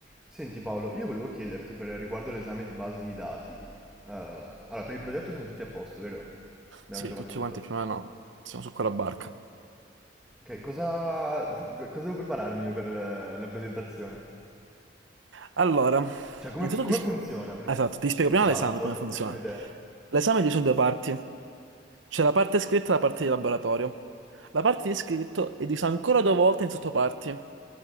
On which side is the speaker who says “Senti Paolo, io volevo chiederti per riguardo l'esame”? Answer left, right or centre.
Centre